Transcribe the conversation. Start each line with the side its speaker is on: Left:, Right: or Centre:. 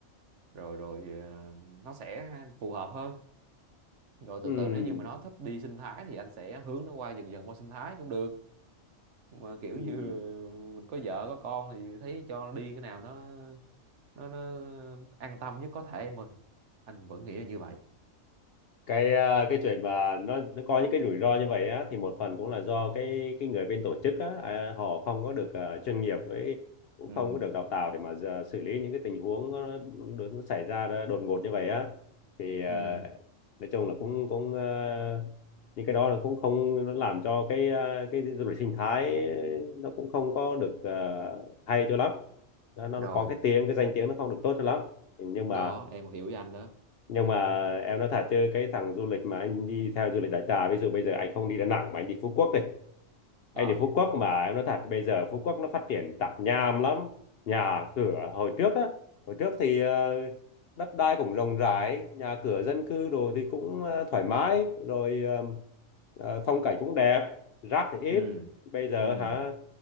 Right: rồi rồi ờ, nó sẽ phù hợp hơn rồi
Left: Ừm,
Right: từ từ nếu như mà nó thích đi sinh thái thì anh sẽ hướng nó qua dần dần qua sinh thái cũng được mà kiểu
Left: ừm.
Right: như mình có vợ có con thì thấy cho nó đi cái nào nó nó nó an tâm nhất có thể em ơi anh vẫn nghĩ là như vậy
Left: cái à, cái chuyện mà nó nó có những cái rủi ro như vậy á thì một phần cũng là do cái cái người bên tổ chức á à, họ không có được à, chuyên nghiệp với cũng
Right: ừ
Left: không có được đào tạo để mà giờ xử lý những cái tình huống nó, đột- nó xảy ra ra đột ngột như vậy á thì à,
Right: ừ
Left: nói chung là cũng cũng à, những cái đó là cũng không nó làm cho cái à, cái du lịch sinh thái nó cũng không có được à, hay cho lắm nó nó
Right: rồi
Left: có cái tiếng cái danh tiếng nó không được tốt cho lắm nhưng mà
Right: đó em hiểu với anh đó
Left: nhưng mà em nói thật chứ cái thằng du lịch mà anh đi theo du lịch đại trà ví dụ bây giờ anh không đi Đà Nẵng mà anh đi Phú Quốc đi anh
Right: à
Left: thì Phú Quốc mà em nói thật bây giờ Phú Quốc nó phát triển tạp nham lắm nhà cửa hồi trước á hồi trước thì ờ, đất đai cũng rộng rãi nhà cửa dân cư đồ thì cũng ờ, thoải mái rồi ờ, ờ, phong cảnh cũng đẹp rác thì ít
Right: ừ
Left: bây giờ
Right: ừ
Left: hả